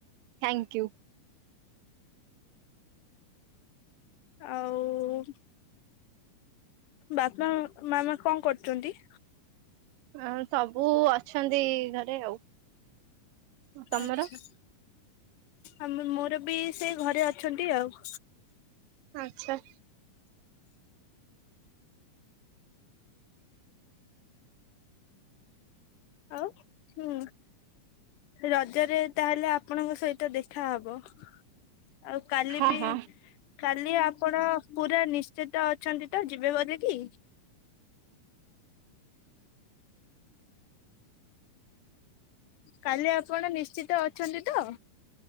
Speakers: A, on the right (about 85°); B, on the left (about 75°).
A: thank you.
B: ଆଉ ବାପା ମାମା କଣ କରୁଚନ୍ତି?
A: ହଁ ସବୁ ଅଛନ୍ତି ଘରେ ଆଉ। ତମର
B: ଆଚ୍ଛା। ଆମେ ମୋର ବି ସେଇ ଘରେ ଅଛନ୍ତି ଆଉ।
A: ଆଚ୍ଛା।
B: ଆଉ ହୁଁ। ରଜରେ ତାହେଲେ ଆପଣଙ୍କ ସହିତ ଦେଖା ହବ। ଆଉ କାଲି
A: ହଁ
B: ବି
A: ହଁ
B: କାଲି ଆପଣ ପୁରା ନିଶ୍ଚିତ ଅଛନ୍ତି ତ ଯିବେ ବୋଲି କି? କାଲି ଆପଣ ନିଶ୍ଚିତ ଅଛନ୍ତି ତ?